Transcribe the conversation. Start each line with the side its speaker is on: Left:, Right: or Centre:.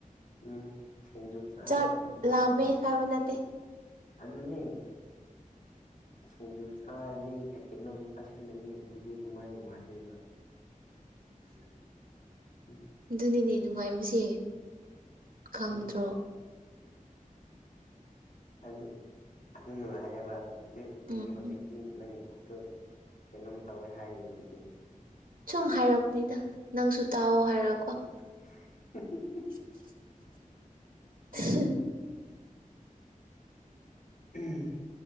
Left: ꯎꯝ ꯁꯤꯡꯖꯨ ꯆꯥꯏ
Right: ꯆꯥꯛ
Left: ꯑꯃꯨꯛ ꯂꯥꯛꯑꯒ
Right: ꯂꯥꯝꯃꯦ ꯍꯥꯏꯕ ꯅꯠꯇꯦ
Left: ꯑꯗꯨꯅꯦ ꯁꯤꯡꯖꯨ ꯁꯥꯥꯔꯅꯤ ꯀꯩ ꯀꯩꯅꯣꯝ ꯆꯥꯁꯤꯜꯂꯅꯤ ꯑꯗꯨꯗꯤ ꯀꯃꯥꯏꯅ ꯅꯨꯡꯉꯥꯏꯗꯣꯏꯕ ꯎꯝ
Right: ꯑꯗꯨꯅꯤꯅꯦ ꯅꯨꯡꯉꯥꯏꯕꯁꯦ ꯈꯪꯗ꯭ꯔꯣ
Left: ꯑꯦ ꯑꯗꯨ ꯑꯗꯨ ꯅꯨꯡꯉꯥꯏ ꯍꯥꯏꯕ ꯑꯗꯨ ꯀꯩꯒꯤ
Right: ꯎꯝ
Left: ꯍꯧꯖꯤꯛꯇꯤ
Right: ꯎꯝ
Left: ꯅꯪꯒꯤ ꯄꯨꯛꯇꯣ ꯀꯩꯅꯣꯝ ꯇꯧꯋꯦ ꯍꯥꯏꯔꯤꯕꯗꯨꯗꯤ
Right: ꯁꯨꯝ ꯍꯥꯏꯔꯛꯄꯅꯤꯗ ꯅꯪꯁꯨ ꯇꯥꯎ ꯍꯥꯏꯔꯣ ꯀꯣ
Left: <unintelligible>
Right: <unintelligible> <unintelligible>
Left: ꯎꯝ